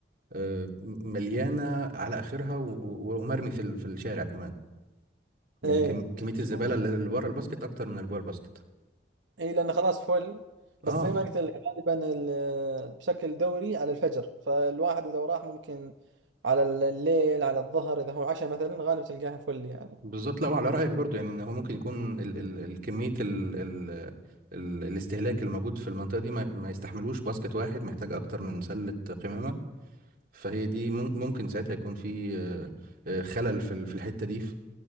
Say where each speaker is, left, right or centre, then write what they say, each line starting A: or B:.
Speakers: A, on the right; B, on the right.
A: آه، مليانة على آخرها و- و- ومرمي في ال- في الشارع كمان يعني
B: ايه
A: كم- كمية
B: ت-
A: الزبالة
B: تكون
A: اللي اللي بره الباسكت أكتر من اللي جوه الباسكت
B: اي لان خلاص فل
A: اه
B: بس زي ما قلت لك غالبا ال- بشكل دوري على الفجر فالواحد اذا راح ممكن على الليل على الظهر اذا هو عشاء مثلا غالبا تلقاها فل يعني
A: بالظبط لا وعلى رأيك برضو يعني ان هو ممكن يكون ال ال الكمية ال ال ال الاستهلاك الموجود في المنطقة دي ما, ما يستحملوش باسكت واحد محتاج اكتر من سلة قمامة فهي دي مم- ممكن ساعتها يكون في آه، آه، خلل في ال- في الحتة دي في,